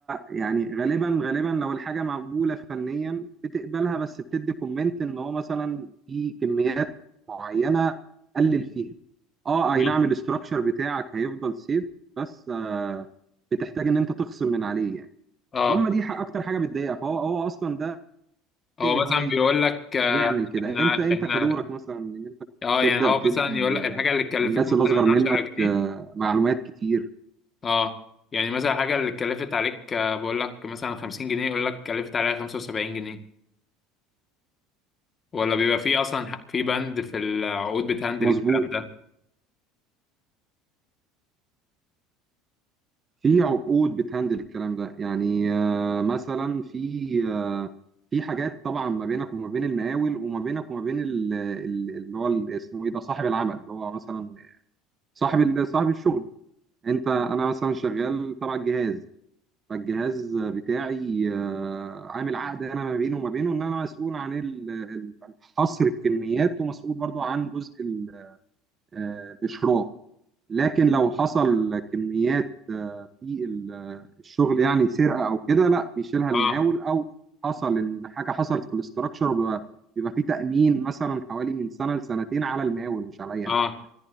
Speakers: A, on the right; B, on the left.
A: يعني غالبا غالبا لو الحاجه مقبوله فنيا بتقبلها بس بتدي كومنت ان هو مثلا في كميات معينه قلل فيها اه اي
B: اه
A: نعم الاستراكشر بتاعك هيفضل سيف بس آه بتحتاج ان انت تخصم من عليه يعني
B: آه.
A: هم دي حق اكتر حاجه بتضايقها فهو هو اصلا ده
B: هو
A: ان
B: مثلا
A: هو ي-
B: بيقول لك آه،
A: يعمل كده
B: احنا
A: انت انت
B: احنا
A: كدورك مثلا ان انت
B: اه
A: تبدا
B: يعني هو
A: تدي
B: مثلا يقول لك الحاجه
A: آه،
B: اللي اتكلفت
A: الناس
B: مثلا
A: اللي اصغر منك
B: 10 جنيه
A: آه، معلومات كتير
B: اه يعني مثلا الحاجه اللي اتكلفت عليك آه، بقول لك مثلا 50 جنيه يقول لك اتكلفت عليها 75 جنيه ولا بيبقى في اصلا ح- في بند في العقود بتهندل
A: مظبوط
B: الكلام ده
A: في عقود بتهندل الكلام ده يعني آه، مثلا في آه، في حاجات طبعا ما بينك وما بين المقاول وما بينك وما بين ال- ال- اللي هو ال- اسمه ايه ده صاحب العمل اللي هو مثلا صاحب ال- صاحب الشغل انت انا مثلا شغال تبع الجهاز فالجهاز بتاعي آه، عامل عقد انا ما بينه وما بينه ان انا مسؤول عن ال- حصر الكميات ومسؤول برضو عن جزء ال- آه، الاشراف لكن لو حصل كميات آه، في ال- آه، الشغل يعني سرقه او كده لا بيشيلها المقاول
B: اه
A: او حصل ان حاجه حصلت في الاستراكشر بيبقى بيبقى في تامين مثلا حوالي من سنه لسنتين على المقاول مش عليا
B: اه
A: انا